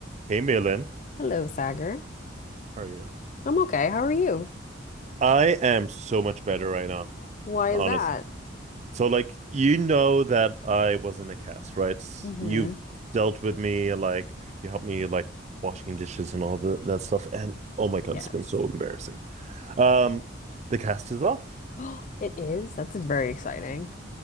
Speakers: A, on the right; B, on the left.
A: Hey, Malin.
B: Hello, Sagar.
A: How are you?
B: I'm okay. How are you?
A: I am so much better right now,
B: Why
A: honestly.
B: is that?
A: So, like, you know that I was in a cast, right? S-
B: Mm-hmm.
A: You've dealt with me, like, you helped me, like, washing dishes and all the, that stuff. And oh my God,
B: Yes.
A: it's been so embarrassing. Um, the cast is off.
B: <gasps> It is. That's very exciting.